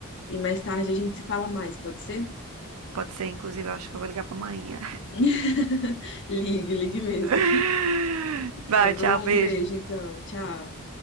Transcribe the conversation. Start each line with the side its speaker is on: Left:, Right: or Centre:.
Left: E mais tarde a gente se fala mais, pode ser?
Right: Pode ser, inclusive, eu acho que eu vou ligar pra amanhã.
Left: <laughs> Ligue, ligue mesmo.
Right: <laughs> Vai,
Left: Tá bom?
Right: tchau, beijo.
Left: Um beijo, então. Tchau.